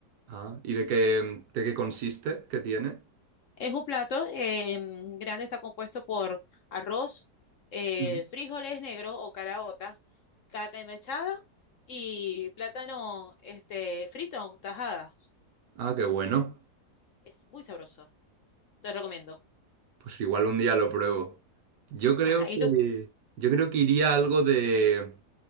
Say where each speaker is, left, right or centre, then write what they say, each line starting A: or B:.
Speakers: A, on the right; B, on the left.
A: Ah, ¿y de qué, de qué consiste? ¿Qué tiene?
B: Es un plato eh, grande, está compuesto por arroz, eh,
A: Mm.
B: frijoles negros o caraotas, carne mechada y plátano este, frito, tajadas.
A: Ah, qué bueno.
B: Es muy sabroso, te recomiendo.
A: Pues igual un día lo pruebo. Yo creo
B: Ajá,
A: que,
B: ¿y tú?
A: yo creo que iría algo de